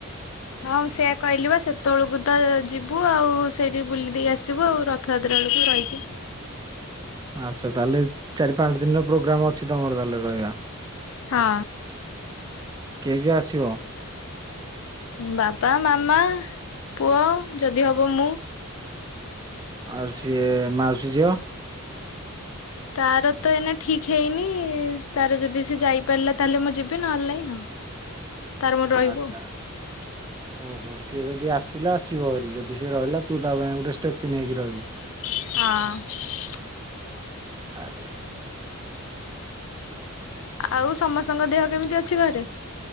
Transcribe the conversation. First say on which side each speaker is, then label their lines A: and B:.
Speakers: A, on the left; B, on the right.
A: ହଁ ସେୟଆ କହିଲି ବା ସେତେବେଳକୁ ତ ଯିବୁ ଆଉ, ସେଇଠି ବୁଲି ଦେଇକି ଆସିବୁ ଆଉ ର ଥଯାତ୍ରା ବେଳକୁ ରହିକି
B: ଆଚ୍ଛା ତାହେଲେ ଚାରି ପାଞ୍ଚ ଦିନର ପ୍ରୋଗ୍ରାମ ଅଛି ତମର ତାହେଲେ ରହିବା।
A: ହଁ।
B: କିଏ କିଏ ଆସିବ?
A: ବାପା ମାମା ପୁଅ ଯଦି ହବ ମୁଁ।
B: ଆଉ ସିଏ ମାଉସୀ ଝିଅ?
A: ତାର ତ ଏଇନା ଠିକ୍ ହେଇନି। ତାର ଯଦି ସେ ଯାଇପାରିଲା ତାହେଲେ ମୁଁ ଯିବି ନହେଲେ ନାହିଁ ଆଉ। <inaudible> ରହିବୁ
B: ଆଛା।
A: <inaudible>
B: ଓହୋ ସିଏ ଯଦି ଆସିଲା ଆସିବ ହରି। ଯଦି ସିଏ ରହିଲା ତୁ ତା ପାଇଁ ଗୋଟେ ଷ୍ଟେପିନ ହେଇକି ରହିବୁ।
A: ହଁ।
B: ଆରେ
A: ଆଉ ସମସ୍ତଙ୍କ ଦେହ କେମିତି ଅଛି ଘରେ?